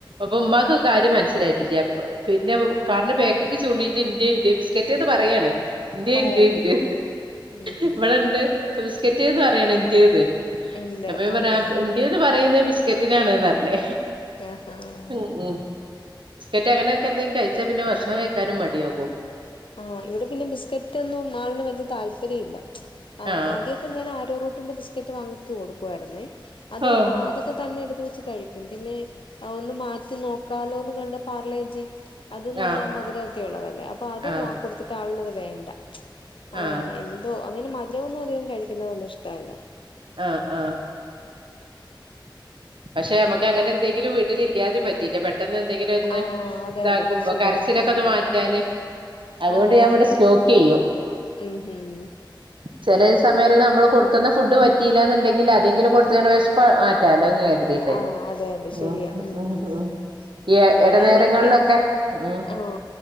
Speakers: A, on the right; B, on the left.
A: അപ്പൊ ഉമ്മാക്ക് കാര്യം മനസ്സിലായിട്ടില്ല അപ്പൊ പിന്നെ കാറിന്റെ ബേക്കിക്ക് ചൂണ്ടീട്ട് ഇന്റ് ഇന്റ് ബിസ്ക്കറ്റ്ന്ന് പറയാണ് ഇന്റ്
B: ഓ
A: ഇന്റ് ഇന്റ്
B: ഉം ഹും
A: ഇവിടെ ഇണ്ട് ബിസ്കറ്റന്ന് പറയാണ് ഇന്റ്ന്ന്
B: ഉണ്ട്
A: അപ്പ ഞാൻ പറഞ്ഞു
B: ആഹാ
A: ആഹ് ഇന്റ്ന്ന് പറയുന്നെ ക്കറ്റിനാണ് ന്നറഞ്ഞ്
B: ആഹാ
A: ഉം ഉം ബിസ്ക്കറ്റ് അങ്ങനെ ഒക്കെ എന്തെങ്കിലും കഴിച്ചാ പിന്നെ ഭക്ഷണം കഴിക്കാനും മടിയാകൂ
B: ആഹ് ഇവിടെ പിന്നെ ബിസ്കറ്റ് ഒന്നും ആളി ന് വല്യ താല്പര്യം ഇല്ല
A: ആഹ്
B: ആദ്യം ഞാൻ ആരോ റൂട്ടിന്റെ ബിസ്ക്കറ്റ് വാങ്ങിത്തു കൊടുക്കു ആരുന്നേ അത്
A: ആഹ്
B: ആ ഒക്കെ തന്നെ എടുത്ത് വെച്ച് കഴിക്കും പിന്നെ ഒന്ന് മാറ്റി നോക്കാലോന്ന് കണ്ട് പാർലേജി അത് നല്ല
A: ആഹ്
B: മധുരം ഒക്കെ ഉള്ളതല്ലേ അപ്പൊ അത്
A: ആഹ്
B: കൊടുത്തിട്ട് ആളിനത് വേണ്ട ആ
A: ആഹ്
B: ഓ അങ്ങനെ മധുരൊന്നും അധികം കഴിക്കുന്നതൊന്നും ഇഷ്ടവല്ല
A: ആഹ് ആഹ് പക്ഷെ നമ്മക്ക് അങ്ങനെ എന്തേങ്കിലും വീട്ടിൽ ഇല്ലാതേം പറ്റില്ല പെ പെട്ടെന്ന് എന്തെങ്കിലും ഒന്ന്
B: ആഹ് അതെ
A: ഇതാകുമ്പോ
B: അതെ ശരിയാ
A: കരച്ചിലൊക്കെ
B: ഉം
A: ഒന്ന് മാറ്റാന് അതു
B: ആഹ്
A: കൊണ്ട് ഞാൻ
B: അതെ
A: ഇവിടെ
B: അതെ
A: സ്റ്റോക്ക് ചെയ്യും
B: ഉം ഉം
A: ചെല സമയെല്ലം നമ്മള് കൊടുക്കുന്ന ഫുഡ് പ പറ്റിലന്ന്ണ്ടെങ്കില് അതെങ്കിലും കൊടുത്ത കാണ്ട് വിശപ്പ് മാറ്റാലോന്ന് കരു കരുതീട്ടെ
B: ആഹ് അതെ അതെ
A: ഉം
B: ശരിയാ
A: <inaudible>
B: ഉം
A: ഈ
B: ഇവിടെ
A: എടനേരങ്ങളിലൊക്കെ
B: അങ്ങനെയൊക്കെയാ
A: ഉം
B: ആഹ്